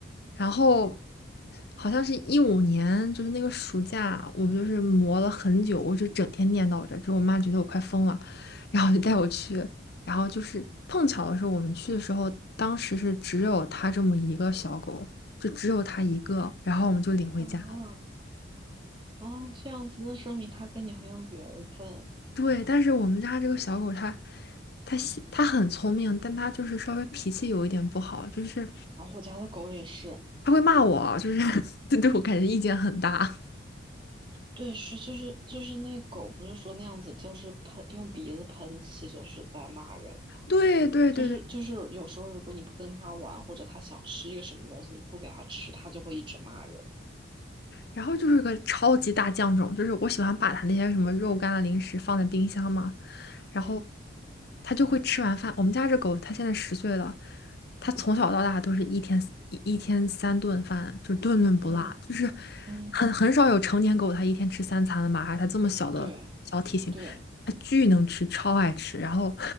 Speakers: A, on the left; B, on the right.
A: 然后好像是一五年，就是那个暑假，我们就是磨了很久，我就整天念叨着，就我妈觉得我快疯了，然后就带我去，然后就是碰巧的是我们去的时候，当时是只有它这么一个小狗，就只有它一个，然后我们就领回家了。
B: 啊，哦，这样子，那说明它跟你很有缘分。
A: 对，但是我们家这个小狗它。它喜它很聪明，但它就是稍微脾气有一点不好，就是
B: 然后我家的狗也是，
A: 它会骂我，就是 <laughs> 就对我感觉意见很大。
B: 对，是就是就是那狗不是说那样子，就是喷用鼻子喷气，就是在骂人
A: <laughs> 对对对对
B: 就是就是有时候如果你不跟他玩，或者他想吃一个什么东西，你不给他吃，他就会一直骂人。
A: 然后就是个超级大酱种，就是我喜欢把它那些什么肉干啊、零食放在冰箱嘛，然后
B: 嗯
A: 它就会吃完饭。我们家这狗它现在十岁了，它从小到大都是一天一一天三顿饭，就顿顿不落，
B: 嗯
A: 就是
B: 嗯，
A: 很很少有成年狗它一天吃三餐的嘛，而它这么小的小体型，
B: 对对，
A: 它巨能吃，超爱吃。然后